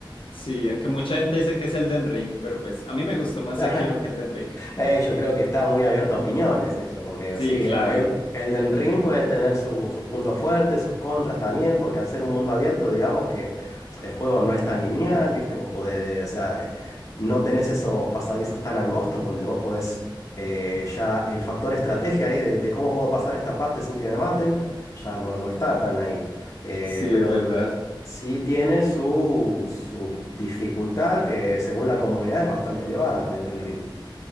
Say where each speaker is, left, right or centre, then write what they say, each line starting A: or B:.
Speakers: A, on the left; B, on the left.
A: sí, aunque mucha gente dice que es Elden Ring, pero pues a mí me gustó más
B: <laughs>
A: Sekiro que Elden Ring.
B: Eh, yo creo que está muy abierto a opiniones eso, porque
A: Sí,
B: sí,
A: claro,
B: el, Elden Ring puede tener su- sus puntos fuertes, sus contras también, porque al ser un mundo abierto, digamos que el juego no es tan lineal, ¿viste? Vos podés, o sea, eh, no tenés esos pasadizos tan angostos donde vos podés eh, ya el factor estrategia ahí de, de cómo puedo pasar esta parte sin que me maten, ya no, no está tan ahí. Eh,
A: sí,
B: pero
A: es verdad.
B: sí tiene su, su dificultad que según la comunidad es bastante elevada del Elden Ring.